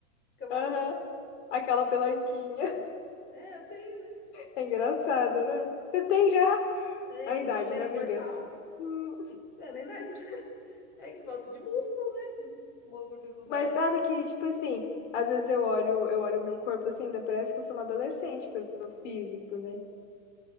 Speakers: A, on the left; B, on the left.
A: fica balançando.
B: Aham. Aquela pelanquinha.
A: É, eu tenho, né?
B: É engraçado, né? Você tem já
A: É,
B: a
A: eu
B: idade,
A: sou uma mera
B: né, amiga?
A: mortal.
B: Hum,
A: É, nem nada. <laughs> É que falta de músculo, né? Não tem mu- Gordura no braço.
B: Mas sabe que, tipo assim, às vezes eu olho, eu olho o meu corpo assim, ainda parece que eu sou uma adolescente pelo físico, né?